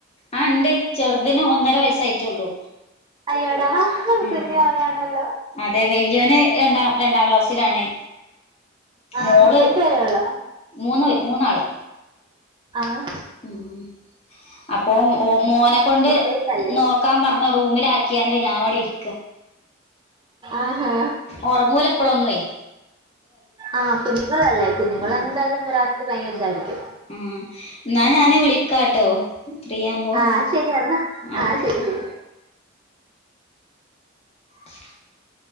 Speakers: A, on the left (about 30°); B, on the right (about 25°).
A: ആ ണ്ട്. ചെർതിന് ഒന്നര വയസായിട്ട്ടൊള്ളു
B: അയ്യോടാ
A: ഉം.
B: കുഞ്ഞുമാവയാണല്ലോ
A: ഉം അതെ വല്യോന് രണ്ടാം രണ്ടാം ക്ലാസ് ലാണ്.
B: ആ
A: മോള്
B: രണ്ടുപേരേ ഉള്ളോ
A: മൂന്ന് മൂന്നാള്.
B: ആഹ.
A: ഉം അപ്പൊ ഓ മോനെ കൊണ്ട്
B: വൈഫ് അല്ലേ
A: നോക്കാൻ പറഞ്‌ റൂമിൽ ആക്കിയാണ്ട് ഞാൻ വിടെ ഇരി
B: ആഹാ
A: ഒർങ്ങൂല പ്പളൊന്നെ.
B: ആഹ കുഞ്ഞുങ്ങളല്ലേ കുഞ്ഞുങ്ങള
A: ഉം
B: ന്തായാലും രാത്രി ഭയങ്കര ഇതായി രിക്കും
A: ഉം. ന്നാ ഞാന് വിളിക്കാട്ടോ? ഫ്രീ ആവുമ്പോ
B: ആഹ ശരിയെ ന്നാ. ആഹ
A: ഓക്കെ
B: ശരി, ശരി.
A: <inaudible>